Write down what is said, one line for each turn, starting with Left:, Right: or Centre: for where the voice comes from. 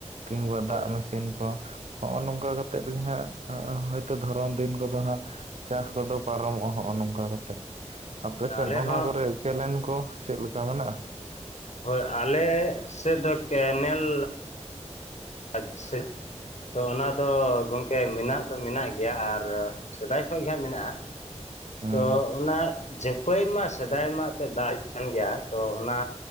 Right: ᱠᱤᱝᱵᱟ
Left: ᱦᱳᱭ
Right: ᱫᱟᱜ ᱢᱮᱥᱤᱱ ᱠᱚ ᱦᱚᱜᱼᱚᱭ ᱱᱚᱝᱠᱟ ᱠᱟᱛᱮᱜ ᱜᱮᱦᱟᱸᱜ ᱦᱚᱳᱭᱛᱳ ᱫᱷᱚᱨᱚᱱ ᱫᱤᱱ ᱠᱚᱫᱚ ᱦᱟᱸᱜ ᱪᱟᱥ ᱠᱚᱫᱚ ᱯᱟᱨᱚᱢᱚᱜ-ᱟ ᱦᱚᱸ-ᱱᱚᱝᱠᱟ ᱠᱟᱛᱮ᱾ ᱟᱯᱮᱥᱮᱫ
Left: ᱦᱳᱭ ᱟᱞᱮ ᱦᱚᱸ
Right: ᱚᱱᱟ ᱠᱚᱨᱮ ᱠᱮᱱᱮᱞ ᱠᱚ ᱪᱮᱫ ᱞᱮᱠᱟ ᱢᱮᱱᱟᱜᱼᱟ?
Left: ᱦᱳᱭ, ᱟᱞᱮ ᱥᱮᱫ ᱫᱚ ᱠᱮᱱᱮᱞ ᱟᱪᱪᱷᱟ ᱛᱚ ᱚᱱᱟᱫᱚ ᱜᱚᱢᱠᱮ ᱢᱮᱱᱟᱜ ᱫᱚ ᱢᱮᱱᱟᱜ ᱜᱮᱭᱟ ᱟᱨ ᱥᱮᱫᱟᱭ ᱠᱷᱚᱱ ᱜᱮ ᱦᱟᱸᱜ ᱢᱮᱱᱟᱜᱼᱟ
Right: ᱦᱩᱸ
Left: ᱛᱚ ᱚᱱᱟ ᱡᱟ ᱯᱟᱹᱭ ᱢᱟ ᱥᱮᱫᱟᱭ ᱢᱟ ᱮᱱᱛᱮᱫ ᱫᱟᱜ ᱠᱟᱱ ᱜᱮᱭᱟ ᱛᱚ ᱚᱱᱟ